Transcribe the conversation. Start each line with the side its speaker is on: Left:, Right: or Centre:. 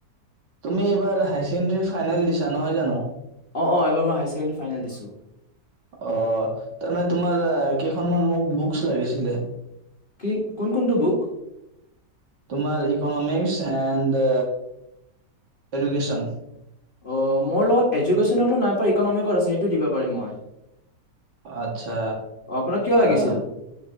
Right: তুমি এইবাৰ হায়াৰ ছেকেণ্ডাৰী ফাইনেল দিছা, নহয় জানো?
Left: অ অ এবাৰ মই হায়াৰ ছেকেণ্ডেৰী ফাইনেল দিছোঁ
Right: অ', তাৰমানে তোমাৰ কেইখন মোক বুকছ লাগিছিলে
Left: কি? কোন কোনটো বুক?
Right: তোমাৰ ইকনমিক্স এণ্ড এডুকেশ্বন।
Left: অ', মোৰ লগত এডুকেশ্যনৰটো নাই পাই, পৰ ইকনমিকত আছে সেইটো দিব পাৰিম মই।
Right: আতচ্ছা
Left: অ আপোনাক কিয় লাগিছিল
Right: অ',